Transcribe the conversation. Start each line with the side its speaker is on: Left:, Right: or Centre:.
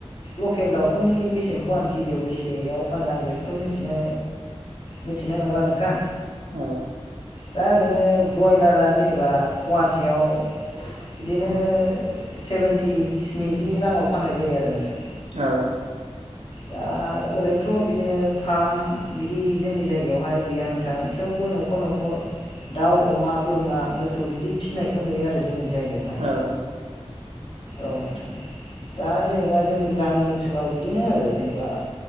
Left: लकेल दाउफोरनि बेसेनखौ आं केजियाव बेसेयाव फानो आं बेखौथ' मिथिनो मिथिनाय नंला नोंथां
Right: औ
Left: दा ओरैनो ब्रयलारा जेनेबा फवासेयाव बिदिनो सेभेेनटि स्निजि राङाव फाननाय जायो आरो नोंथां
Right: औ
Left: दा ओरैनोथ' बिदिनो फार्म बिदि जोंनि जायगायावहाय गैया नोंथां थेवबो न'खर न'खर दाउ अमा बोरमा मोसौ बिदि फिसिनायखौ नुयो आरो जोंनि जायगायावहाय
Right: औ
Left: औ नोंथां दा जेनेबा जोंनि गामि ओनसोलाव बिदिनो आरो जेनेबा